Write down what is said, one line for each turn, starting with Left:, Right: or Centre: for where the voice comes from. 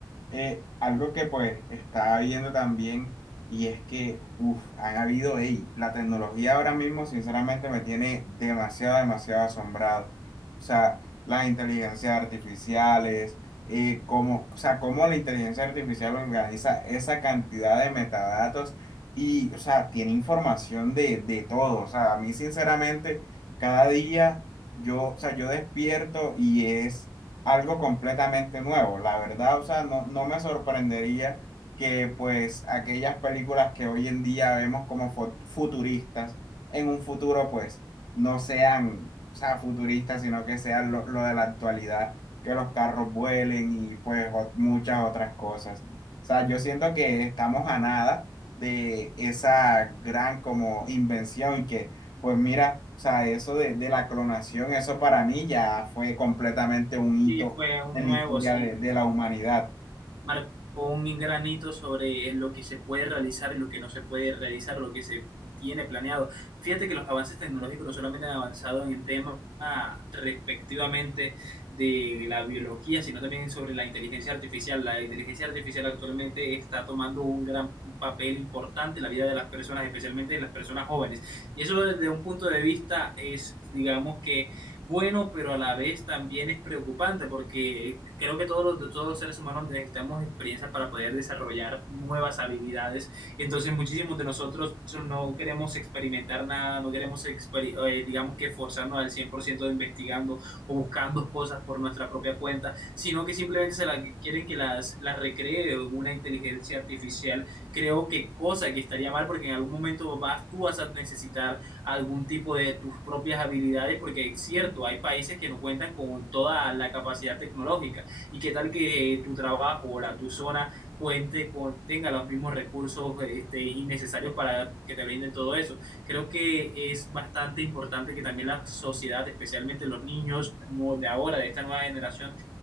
Left: eh, algo que pues estaba viendo también y es que, uff, han habido, ey, la tecnología ahora mismo sinceramente me tiene demasiado, demasiado asombrado. O sea, las inteligencias artificiales, eh, cómo, o sea, cómo la inteligencia artificial organiza esa cantidad de metadatos y, o sea, tiene información de, de todo. O sea, a mí sinceramente, cada día yo, o sea, yo despierto y es algo completamente nuevo. La verdad, o sea, no, no me sorprendería que pues aquellas películas que hoy en día vemos como fu- futuristas, en un futuro pues no sean, o sea, futuristas, sino que sean lo, lo de la actualidad, que los carros vuelen y pues o- muchas otras cosas. O sea, yo siento que estamos a nada de esa gran como invención y que pues mira, o sea, eso de, de la clonación, eso para mí ya fue completamente un hito
Right: Sí, fue un
Left: en
Right: nuevo,
Left: la historia
Right: sí.
Left: de, de la humanidad.
Right: marcó un granito sobre lo que se puede realizar y lo que no se puede realizar, lo que se tiene planeado. Fíjate que los avances tecnológicos no solamente han avanzado en el tema ah, respectivamente de la biología, sino también sobre la inteligencia artificial. La inteligencia artificial actualmente está tomando un gran papel importante en la vida de las personas, especialmente en las personas jóvenes. Y eso desde un punto de vista es, digamos que, bueno, pero a la vez también es preocupante porque creo que todos los, todos los seres humanos necesitamos experiencias para poder desarrollar nuevas habilidades. Entonces muchísimos de nosotros no queremos experimentar nada, no queremos, exper- eh, digamos que forzarnos al 100% de investigando o buscando cosas por nuestra propia cuenta, sino que simplemente se la, quieren que las, las recree una inteligencia artificial. Creo que cosa que estaría mal porque en algún momento vas, tú vas a necesitar algún tipo de tus propias habilidades, porque es cierto, hay países que no cuentan con toda la capacidad tecnológica. ¿Y qué tal que eh, tu trabajo o la tu zona cuente con, tenga los mismos recursos este, innecesarios para que te brinden todo eso? Creo que es bastante importante que también la sociedad, especialmente los niños de ahora, de esta nueva generación,